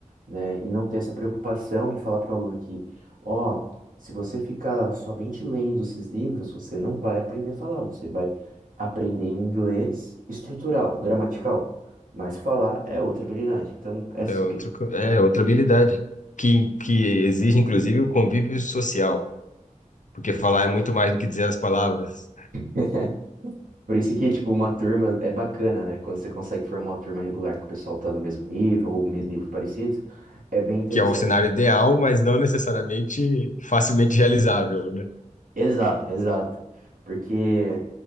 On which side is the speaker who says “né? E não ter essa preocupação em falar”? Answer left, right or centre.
Right